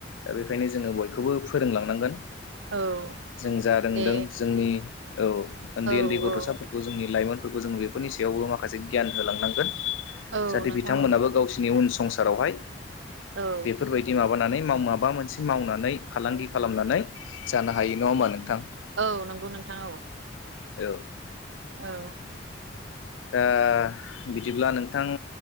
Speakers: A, on the left (about 90°); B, on the right (about 75°).
A: दा बेखायनो जोंङो बयखौबो फोरोंलांनांगोन।
B: औ
A: जों जा रोंदों
B: दे
A: जोंनि औ ओन्दै
B: औ
A: ओन्दै
B: औ
A: गथसाफोरखौ जोंनि लाइमोन फोरखौ बेफोरनि सायाव माखासे गियान हांनांगोन
B: औ
A: जाहाथे
B: नोंथां
A: बिथांमोनाबो
B: औ
A: गावसोरनि उन संसारावहाय
B: औ
A: बेफोरबायदि माबानानै मा-माबा मोनसे मावनानै फालांगि खालामनानै जानो हायो नंङा होमा नोंथां?
B: औ नंगौ नोंथां औ
A: औ
B: औ
A: दा बिदिब्ला नोंथां